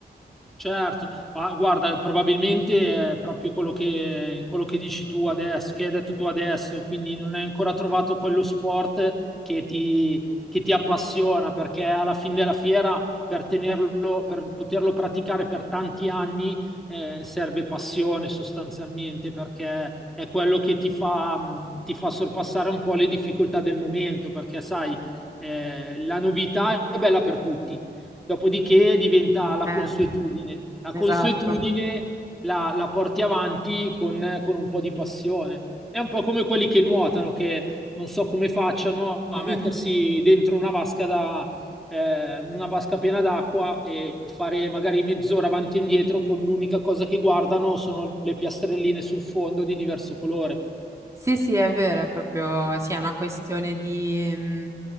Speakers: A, in the centre; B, on the right.
A: Certo, ma guarda, probabilmente è proprio quello che, quello che dici tu adesso, che hai detto tu adesso, quindi non hai ancora trovato quello sport che ti, che ti appassiona, perché alla fine della fiera, per tenerlo, per poterlo praticare per tanti anni, eh, serve passione sostanzialmente, perché è quello che ti fa, mh, ti fa sorpassare un po' le difficoltà del momento, perché sai, eh, la novità è bella per tutti Dopodiché diventa la
B: Eh,
A: consuetudine. La
B: esatto.
A: consuetudine la, la porti avanti con, con un po' di passione. È un po' come quelli che nuotano, che non so come facciano a
B: <laughs>
A: mettersi dentro una vasca da, eh, una vasca piena d'acqua e fare magari mezz'ora avanti e indietro con l'unica cosa che guardano sono le piastrelline sul fondo di diverso colore.
B: Sì, sì, è vero, è proprio, sì, è una questione di, mm,